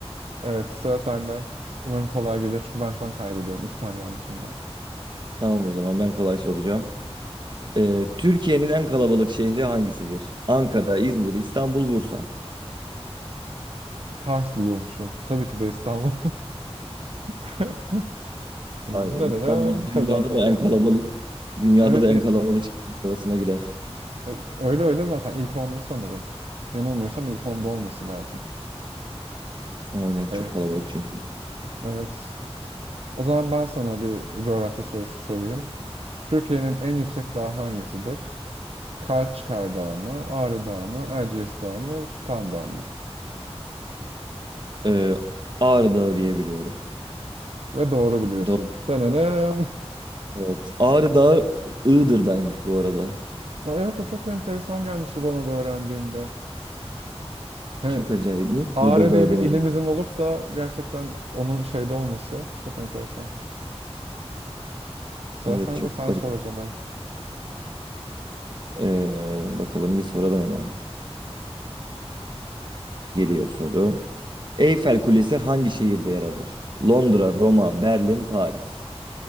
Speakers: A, on the right; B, on the right.
A: Evet, sıra sende. Umarım kolay gelir çünkü ben şu an kaybediyorum. İki tane yanlışım var.
B: Tamam o zaman ben kolay soracağım. Ee, Türkiye'nin en kalabalık şehri hangisidir? Ankara, İzmir, İstanbul, Bursa.
A: Kars diyormuşum. Tabii ki de İstanbul. <laughs>
B: Aynen
A: Nerenem
B: İstanbul dünyada
A: kazandım.
B: da en kalabalık. Dünyada
A: Evet,
B: da
A: e-
B: en kalabalık şehir arasına girer.
A: e, öyle öyle zaten ilk onda sanırım. Yanılmıyorsam ilk onda olması lazım.
B: Aynen çok
A: Ee,
B: kalabalık çünkü.
A: evet. O zaman ben sana bir coğrafya sorusu sorayım. Türkiye'nin en yüksek dağı hangisidir? Kaçkar Dağı mı, Ağrı Dağı mı, Erciyes Dağı mı, Süphan Dağı mı?
B: Ee, Ağrı Dağı diye biliyorum.
A: Ve doğru biliyorsun.
B: Doğru.
A: Denenem.
B: Evet. Ağrı Dağı Iğdır'daymış bu arada.
A: Ya Evet o çok enteresan gelmişti bana da öğrendiğimde. He,
B: Çok acayip. Niye
A: Ağrı
B: Iğdır Dağı
A: diye bir
B: dememiş?
A: ilimizin olup da gerçekten onun şeyde olması çok enteresan. Sıra
B: Evet
A: sende
B: çok
A: sen sor o zaman.
B: Ee, bakalım bir soralım hemen. Geliyor soru. Eyfel Kulesi hangi şehirde yer alır? Londra, Roma, Berlin, Paris.